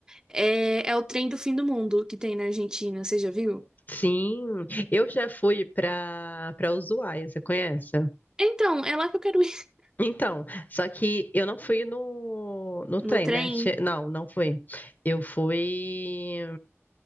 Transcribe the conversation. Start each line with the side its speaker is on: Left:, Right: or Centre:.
Right: É, é o trem do fim do mundo que tem na Argentina, você já viu?
Left: Sim, eu já fui para para Ushuaia, você conhece?
Right: Então, é lá que eu quero ir. <laughs>
Left: Então, só que eu não fui no, no trem,
Right: No trem?
Left: né? Che- Não, não fui. Eu fui